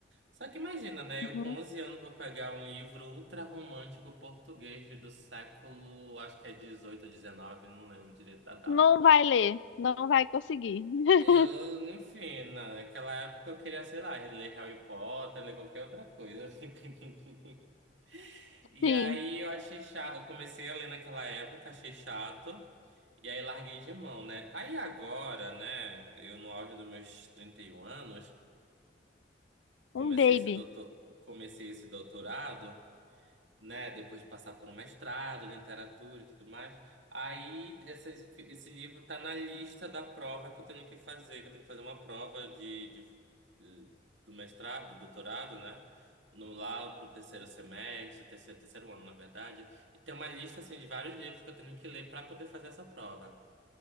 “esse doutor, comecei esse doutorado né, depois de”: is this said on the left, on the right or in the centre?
Right